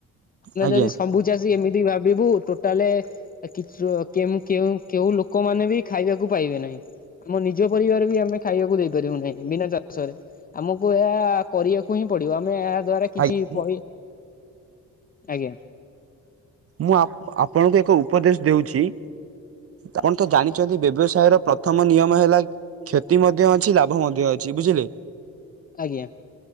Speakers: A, on the left; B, on the right.
A: ଛୁଆ
B: ଆଜ୍ଞା
A: ଯଦି ସମ୍ଭୁ- ଯେ ଆସିକି ଏମିତି ଭାବିବୁ ଟୋଟାଲେ କି ଛୁ କେ ମୁଁ କେଉଁ କେଉଁ ଲୋକମାନେ ବି ଖାଇବାକୁ ପାଇବେ ନାହିଁ। ଆମ ନିଜ ପରିବାର ବି ଆମେ ଖାଇବାକୁ ଦେଇପାରିବୁ ନାହିଁ ବିନା ଚା ଷରେ ଆମକୁ ଏହା କରିବାକୁ ହିଁ ପଡିବ ଆମେ ଏହା ଦ୍ଵାରା କିଛି
B: ଆଜ୍ଞା ମୁଁ
A: ପଇ ଆଜ୍ଞା।
B: ମୁଁ ଆପ୍ ଆପଣଙ୍କୁ ଏକ ଉପଦେଶ ଦେଉଛି। ଆପଣ ତ ଜାଣିଚନ୍ତି ବ୍ୟବସାୟର ପ୍ରଥମ ନିୟମ ହେଲା କ୍ଷତି ମଧ୍ୟ ଅଛି ଲାଭ ମଧ୍ୟ ଅଛି ବୁଝିଲେ?
A: ଆଜ୍ଞା।